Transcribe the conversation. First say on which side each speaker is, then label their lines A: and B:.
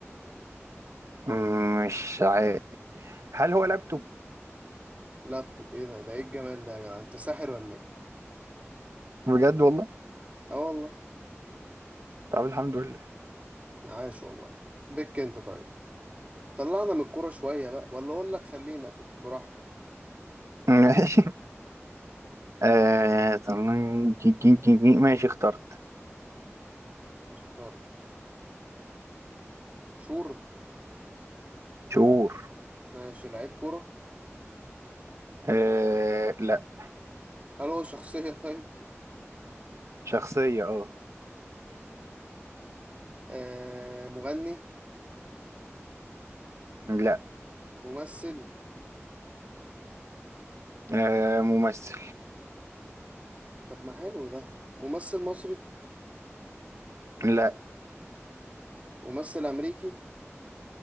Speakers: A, on the right; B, on the right.
A: مم، مش عارف هل هو لابتوب
B: لابتوب إيه ده؟ ده إيه الجمال ده يا جدع؟ أنت ساحر ولا إيه؟
A: بجد والله
B: آه والله
A: طب الحمد لله
B: عاش والله بك أنت طيب طلعنا من الكورة شوية بقى ولا أقول لك خلينا في براحتك
A: <laughs> ماشي آه طلعن- جي- جي- جي- جي. ماشي اخترت
B: اخترت شور
A: شهور
B: ماشي لعيب كورة
A: آه لا
B: هل هو شخصية <laughs> طيب؟
A: شخصية اه
B: آه مغني
A: لا
B: ممثل
A: آه ممثل
B: طب ما حلو ده ممثل مصري
A: لا
B: ممثل أمريكي